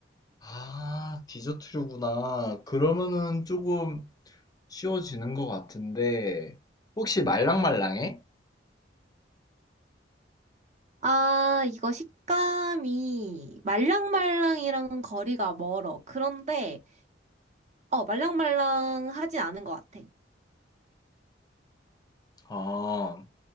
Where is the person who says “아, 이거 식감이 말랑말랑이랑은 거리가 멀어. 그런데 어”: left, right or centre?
Right